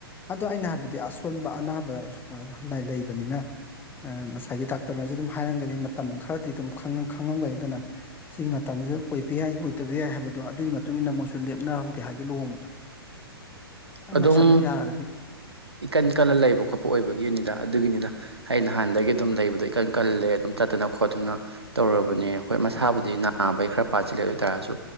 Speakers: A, on the left; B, on the right.
A: ꯑꯗꯣ ꯑꯩꯅ ꯍꯥꯏꯕꯗꯤ ꯑꯁꯣꯟꯕ ꯑꯅꯥꯕ ꯂꯩꯕꯅꯤꯅ ꯉꯁꯥꯏꯒꯤ ꯗꯥꯛꯇꯔꯅꯁꯨ ꯑꯗꯨꯝ ꯍꯥꯏꯔꯝꯒꯅꯤ ꯃꯇꯝ ꯈꯔꯗꯤ ꯑꯗꯨꯝ ꯈꯪꯉꯝꯒꯅꯤꯗꯅ ꯁꯤꯒꯤ ꯃꯇꯝꯁꯤꯗ ꯑꯣꯏꯕ ꯌꯥꯏ ꯑꯣꯏꯗꯕ ꯌꯥꯏ ꯍꯥꯏꯕꯗꯣ ꯑꯗꯨꯒꯤ ꯃꯇꯨꯡ ꯏ ꯃꯇꯨꯡꯏꯟꯅ ꯃꯣꯏꯁꯨ ꯂꯦꯞꯅꯔꯍꯧꯒꯦ ꯍꯥꯏꯗꯨ ꯂꯨꯍꯣꯡꯕꯗꯣ ꯈꯤꯇꯪ
B: ꯑꯗꯨꯝ
A: ꯅꯛꯁꯟꯕ ꯌꯥꯔꯒꯗꯤ
B: ꯏꯀꯟ ꯀꯜꯂ ꯂꯩꯕ ꯈꯣꯠꯄ ꯑꯣꯏꯕꯒꯤꯅꯤꯗ ꯑꯗꯨꯒꯤꯅꯤꯗ ꯑꯩ ꯅꯍꯥꯟꯗꯒꯤ ꯑꯗꯨꯝ ꯂꯩꯕꯗꯣ ꯏꯀꯟ ꯀꯜꯂꯦ ꯑꯗꯨꯝ ꯇꯠꯇꯅ ꯈꯣꯠꯇꯅ ꯇꯧꯔꯕꯅꯦ ꯍꯣꯏ ꯃꯁꯥꯕꯨꯗꯤ ꯅꯥꯕꯩ ꯈꯔ ꯄꯥꯁꯤꯜꯂꯦ ꯑꯗꯨ ꯑꯣꯏ ꯇꯥꯔꯁꯨ